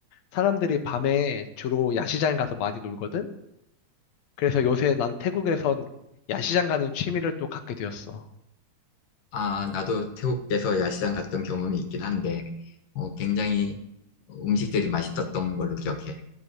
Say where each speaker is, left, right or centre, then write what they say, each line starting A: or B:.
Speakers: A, on the left; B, on the left.
A: 사람들이 밤에 주로 야시장 가서 많이 놀거든? 그래서 요새 난 태국에선 야시장 가는 취미를 또 갖게 되었어.
B: 아, 나도 태국에서 야시장 갔던 경험이 있긴 한데, 어, 굉장히 음식들이 맛있었던 걸로 기억해.